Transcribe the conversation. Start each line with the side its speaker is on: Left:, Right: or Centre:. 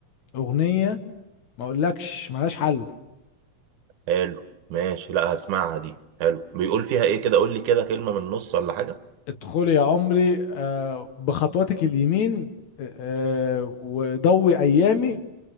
Left: اغنية ما اقولكش ملهاش حل
Right: حلو ماشي لا هسمعها دي حلو بيقول فيها ايه كده قول لي كده كلمة من النص ولا حاجة
Left: ادخل يا عمري آه بخطواتك اليمين آه، آه، وضوي ايامي